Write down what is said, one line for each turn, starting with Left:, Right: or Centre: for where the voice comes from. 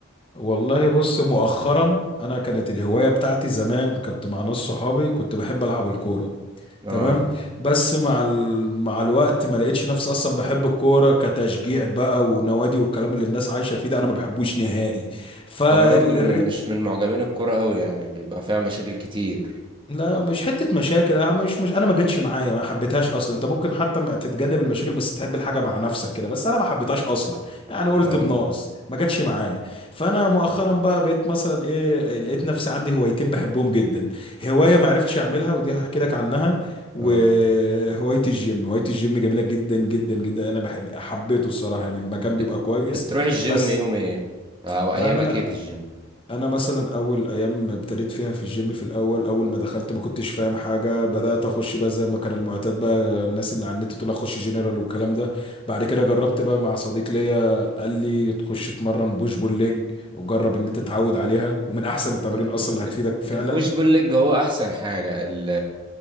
Left: والله بص مؤخرا انا كانت الهواية بتاعتي زمان كنت مع ناس صحابي كنت بحب العب الكورة
Right: اه
Left: تمام بس مع ال... مع الوقت ما لقيتش نفسي اصلا بحب الكورة كتشجيع بقى ونوادي والكلام اللي الناس عايشة فيه ده انا ما بحبوش نهائي فالرياضة
Right: انا برضو م- مش من معجبين الكرة قوي يعني بيبقى فيها مشاكل كتير
Left: لا مش حتة مشاكل انا مش مش انا ما جاتش معايا ما حبيتهاش اصلا انت ممكن حتى ما تتجنب المشاكل بس تحب الحاجة مع نفسك كده بس انا ما حبيتهاش اصلا يعني قلت
Right: اه
Left: بناقص ما جاتش معايا فانا مؤخرا بقى بقيت مثلا ايه لقيت نفسي عندي هوايتين بحبهم جدا هواية ما عرفتش اعملها ودي هحكي لك عنها وهواية
Right: اه
Left: الجيم هواية الجيم جميلة جدا جدا جدا انا بحب حبيته الصراحة يعني المكان
Right: بت-
Left: بيبقى كويس
Right: بتروح الجيم
Left: بس
Right: يوم ايه او
Left: يعني
Right: ايامك
Left: انا
Right: ايه في الجيم
Left: انا مثلا اول ايام ابتديت فيها في الجيم في الاول اول ما دخلت ما كنتش فاهم حاجه بدات اخش بقى زي ما كان المعتاد بقى الناس اللي على النت تقول اخش جنرال والكلام ده بعد كده جربت بقى مع صديق ليا قال لي تخش تمرن بوش بول ليج وجرب ان انت تتعود عليها ومن احسن التمارين
Right: مم،
Left: اصلا اللي
Right: ال-
Left: هتفيدك فعلا
Right: البوش بول ليج هو احسن حاجة ال-